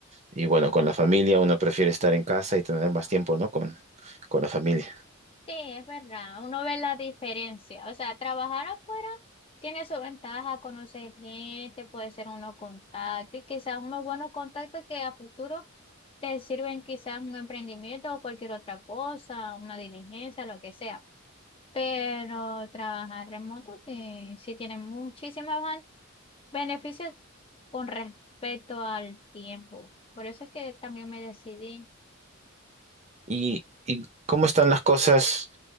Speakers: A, on the right (about 35°); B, on the left (about 25°).
A: Y bueno, con la familia uno prefiere estar en casa y tener más tiempo, ¿no? Con, con la familia.
B: sí, es verdad, uno ve la diferencia. O sea, trabajar afuera tiene su ventaja, conocer gente, puede ser uno contacto y quizás unos buenos contactos que a futuro te sirven quizás un emprendimiento o cualquier otra cosa, una diligencia, lo que sea. Pero trabajar remoto sí, sí tiene muchísimos van- beneficios con respecto al tiempo. Por eso es que también me decidí.
A: ¿Y, y cómo están las cosas